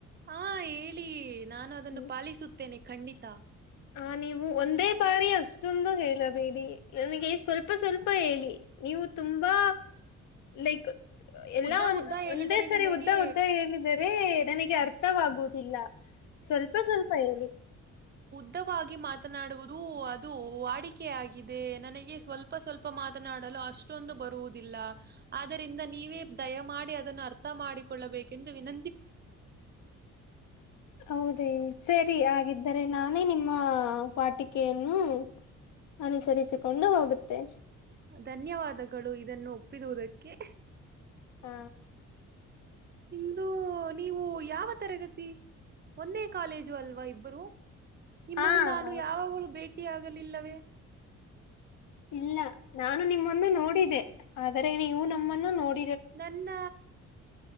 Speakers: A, on the right (about 35°); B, on the left (about 80°).
A: ಹಾ ಹೇಳಿ ನಾನು ಅದನ್ನು
B: ಹ್ಮ್.
A: ಪಾಲಿಸುತ್ತೇನೆ ಖಂಡಿತ
B: ಆ ನೀವು ಒಂದೇ ಬಾರಿ ಅಷ್ಟೊಂದು ಹೇಳಬೇಡಿ ನನಗೆ ಸ್ವಲ್ಪ ಸ್ಪ ಸ್ವಲ್ಪ ಹೇಳಿ ನೀವು ತುಂಬಾ ಲೈಕ ಎಲ್ಲಾ
A: ಉದ್ದ
B: ಒಂದ
A: ಉದ್ದ ಹೇಳಿದರೆ
B: ಒಂದೇ ಸರಿ
A: ನಿಮಗೆ
B: ಉದ್ದ ಉದ್ದ ಹೇಳಿದ್ದಾರೆ ಅದೇ ನನಗೆ ಅರ್ಥವಾಗುವುದಿಲ್ಲ ಸ್ವಲ್ಪ ಸ್ವಲ್ಪ ಹೇಳರು
A: ಮಾತ್ರ ಮಾತನಾಡುವುದು ಅದು ವಾಡಿಕೆ ಆಗಿದೆ ನನಗೆ ಸ್ವಲ್ಪ ಲ್ಪ ಸ್ವಲ್ಪ ಮಾತನಾಡಲು ಅಷ್ಟೊಂದು ಬರುವುದಿಲ್ಲ ಆದರಿಂದ ನೀವೇ ದಯ ಮಾಡಿ ಅದನ್ನು ಅರ್ಥ ಮಾಡಿಕೊಳ್ಳಬೇಕೆಂದು ವಿನ
B: ಹೌದೇ ಸರಿ ಹಾಗಗಿದ್ದ ಅೆ ನಾನೇ ನಿಮ್ಮ ವಾಟಿಕೆಯನ್ನು ಅನುಸರಿಸಿಕೊಂಡು ಹೋಗುತ್ತೆ
A: ಧನ್ಯವಾದಗಳು ಇದನ್ನು ಉಪ್ಪಿದುದಕ್ಕೆ
B: ಹ
A: ಇಂದು ನೀವು ಯಾವ ತರಗತಿ ಒಂದೇ ಕಾಲೇಜು ಅಲ್ವಾ ಇಬ್ಬರು ನಿಮ್ಮನ್ನು
B: ಹಾ ಹಾ
A: ನಾನು ಯಾವಾಗಳೂ ಭೇಟಿಿಯಾಗಲಿಲ್ಲವೇ
B: ಇಲ್ಲ ನಾನು ನಿಮ್ಮನ್ನು ನೋಡಿದ್ದೆ ಆದ್ರೆ ನೀವು ನಮ್ಮನ್ನು ನೋಡಿ
A: ನನ್ನ